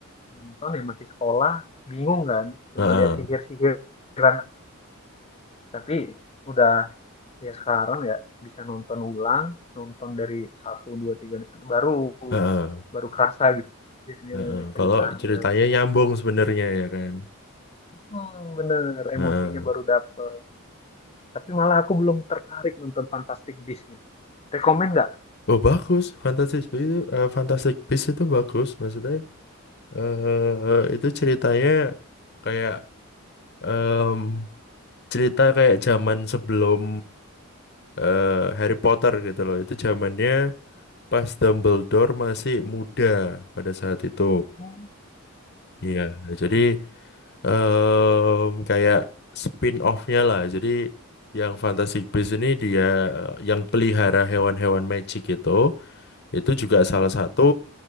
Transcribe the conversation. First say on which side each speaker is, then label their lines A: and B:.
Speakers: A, on the left; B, on the left.
A: nonton ya masih sekolah, bingung kan, cuma
B: Heeh,
A: lihat sihir-sihiran. Tapi udah ya sekarang ya bisa nonton ulang, nonton dari satu, dua, tiga, baru
B: heeh,
A: baru kerasa gitu. Sihirnya,
B: heeh.
A: ceritanya,
B: Kalau ceritanya nyambung sebenarnya ya kan.
A: hmm, bener
B: Heeh.
A: emosinya baru dapet. Tapi malah aku belum tertarik nonton Fantastic Beasts-nya. Rekomen nggak?
B: Oh bagus, Fantastic Beasts itu, eh, Fantastic Beasts itu bagus maksudnya. eh itu ceritanya kayak em, cerita kayak zaman sebelum eh, Harry Potter gitu loh. Itu zamannya pas Dumbledore masih muda pada saat itu.
A: Hmm,
B: Iya, jadi em, kayak spin-off-nya lah. Jadi yang Fantastic Beasts ini dia eh, yang pelihara hewan-hewan magic itu, itu juga salah satu